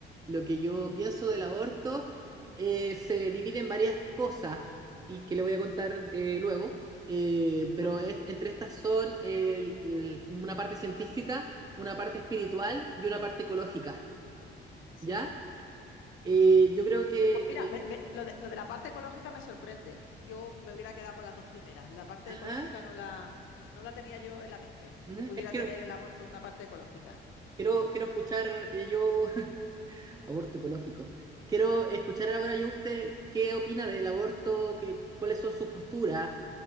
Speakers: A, on the right; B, on the left.
A: lo que yo pienso del aborto, eh, se divide en varias cosas y que le voy a contar eh, luego. Eh, pero
B: vale.
A: es- entre estas son el- el- una parte científica, una parte espiritual y una parte ecológica,
B: Sí.
A: ¿ya? Eh, yo creo que...
B: Pues mira,
A: eh,
B: me- me- lo de, lo de la parte ecológica me sorprende. Yo me hubiera quedado con las dos primeras. La parte
A: ajá,
B: ecológica no la, no la tenía yo en la mente,
A: ujú,
B: que pudiera
A: eh, quiero,
B: tener el aborto una parte ecológica.
A: quiero, quiero escuchar eh, yo... <laughs> Aborto ecológico. Quiero escuchar ahora yo usted qué opina del aborto, qué, cuáles son sus posturas,